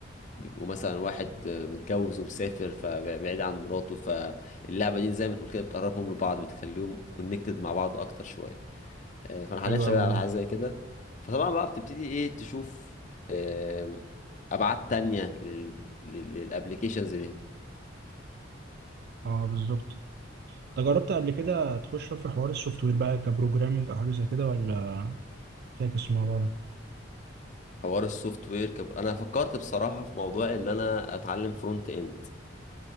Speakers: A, on the left; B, on the right.
A: بيبقوا مثلا واحد آه، متجوز ومسافر فبعيد عن مراته فاللعبة دي زي ما تقول كده بتقربهم لبعض بتخليهم كونكتد مع بعض اكتر شوية آه، فانا حاليا
B: حلو
A: شغال
B: قوي
A: على
B: ده
A: حاجه زي كده فطبعا بقى بتبتدي ايه تشوف آم، ابعاد تانية لل- لل- للابليكيشنز دي
B: اه بالظبط انت جربت قبل كده تخش في حوار السوفت وير بقى كبروجرامينج او حاجه زي كده ولا فاكس الموضوع ده
A: حوار السوفت وير كب... انا فكرت بصراحه في موضوع ان انا اتعلم فرونت اند